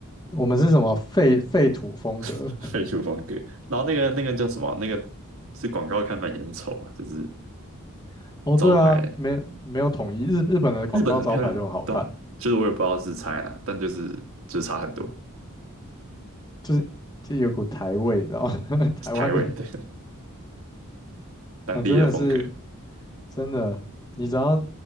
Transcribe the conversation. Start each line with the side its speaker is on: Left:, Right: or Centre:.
Left: 我们是什么废废土风格？
Right: <laughs> 废除风格。然后那个那个叫什么啊？那个是广告看板也很丑啊，就是
Left: <laughs> 哦，
Right: 招牌。
Left: 对啊，没没有统一，日日本的广告招牌就很好看，
Right: 日本很漂亮，对啊，就是我也不知道是差在哪，但就是就是差很多。
Left: 就是就有股台味，你知道吗？<laughs> 台湾的
Right: 台味，对 <laughs>，当地的风格，
Left: 啊，真的是。真的，你只要